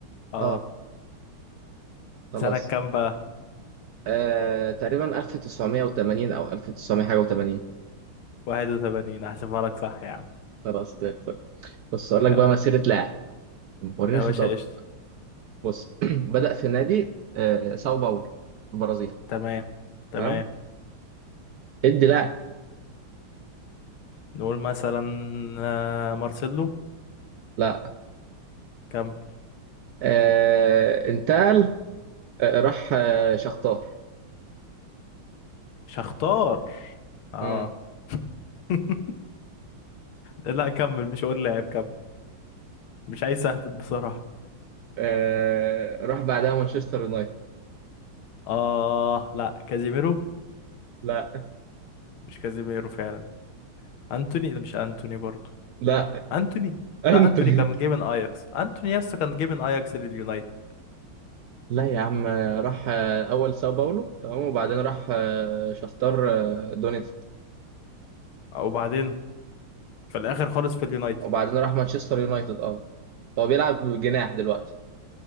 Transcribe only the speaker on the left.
اه
سنة كام بقى؟
<laughs> 81 هحسبها لك صح يا عم
يا
يا
باشا قشطة
تمام تمام
نقول مثلا آه، مارسيلو
كم؟
شختار اه
<laughs> لا كمل مش هقول لاعب كمل مش عايز اهبط بصراحة
اه لا كازيميرو
مش كازيميرو فعلا انتوني لا، مش انتوني برضو
انتوني
لا
انتوني كان جاي من اياكس انتوني يسطا كان جاي من اياكس لليونايتد
وبعدين في الاخر خالص في اليونايتد